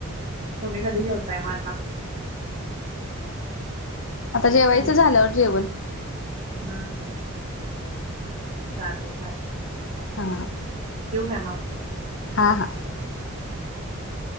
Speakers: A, on the right; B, on the left.
A: तुम्ही कधी जेवताय म आता?
B: आता जेवायचं
A: जे
B: झाल्यावर जेवण.
A: हम्म. चालतय चालतय, ठीक हाय,
B: हा
A: ठेऊ काय मग?
B: हां हां.
A: ह <inaudible>